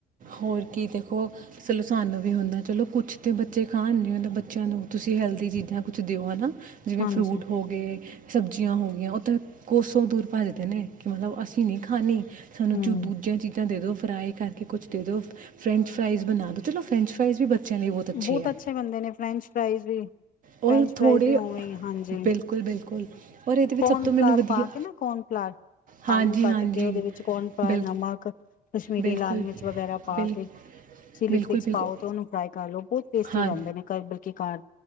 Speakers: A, on the right; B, on the left.
A: ਹੋਰ ਕੀ ਦੇਖੋ ਸਲੁਸਾਨ ਵੀ ਹੁੰਦਾ ਚਲੋ ਕੁਛ ਤਾਂ ਬੱਚੇ ਖਾਣ ਨਹੀਂ ਹੁੰ ਤਾਂ ਬੱਚਿਆਂ ਨੂੰ ਤੁਸੀਂ ਹੈਲਦੀ ਚੀਜ਼ਾਂ ਕੁਛ ਦਿਓ ਹੈ ਨਾ ਜਿਵੇਂ
B: ਹਾਂਜੀ
A: ਫਰੂਟ ਹੋ ਗਏ ਸਬਜ਼ੀਆਂ ਹੋ ਗਈਆਂ ਉਹ ਤਾਂ ਕੋਸੋਂ ਦੂਰ ਭੱਜਦੇ ਨੇ ਕਿ ਮਤਲਬ ਅਸੀਂ ਨਹੀਂ ਖਾਣੀ ਸਾਨੂੰ
B: ਹਮ
A: <unintelligible> ਚੀਜ਼ਾਂ ਦੇ ਦੋ ਫਰਾਈ ਕਰਕੇ ਕੁਛ ਦੇ ਦੋ ਫਰੈਂਚ ਫਰਾਈਜ਼ ਬਣਾ ਦੋ ਚਲੋ ਫਰੈਂਚ ਫਰਾਈਜ਼ ਵੀ ਬੱਚਿਆਂ ਲਈ
B: ਬਹੁਤ
A: ਆ
B: ਅੱਛੇ ਬੰਦੇ ਨੇ ਫਰੈਂਚ ਫਰਾਈਜ਼ ਵੀ ਫਰੈਂਚ
A: ਔਰ ਥੋੜ੍ਹੇ
B: ਫਰਾਈਜ਼ ਵੀ ਉਵੇਂ ਹਾਂਜੀ
A: ਬਿਲਕੁਲ ਬਿਲਕੁਲ ਔਰ ਇਹਦੇ ਵਿੱਚ
B: ਕੋਨਫਲਾਰ
A: ਸਭ ਤੋਂ ਮੈਨੂੰ ਵਧੀਆ
B: ਪਾ ਕੇ ਨਾ ਕੋਨਫਲਾਰ
A: ਹਾਂਜੀ
B: ਆਲੂ ਕੱਟ
A: ਹਾਂਜੀ
B: ਕੇ ਉਹਦੇ ਵਿੱਚ ਕੋਰਨਫਲਰ
A: ਬਿਲ
B: ਨਮਕ ਕਸ਼ਮੀਰੀ
A: ਬਿਲਕੁਲ
B: ਲਾਲ ਮਿਰਚ ਵਗੈਰਾ ਪਾ
A: ਬਿਲ
B: ਕੇ ਚਿਲੀ
A: ਬਿਲਕੁਲ
B: ਫਲਿਕਸ
A: ਬਿਲਕੁਲ
B: ਪਾਓ ਤੇ ਉਹਨੂੰ ਫਰਾ ਬਹੁਤ ਟੇਸਟੀ
A: ਹਾਂ
B: ਬਣਦੇ ਨੇ ਬਲਕਿ ਘਰ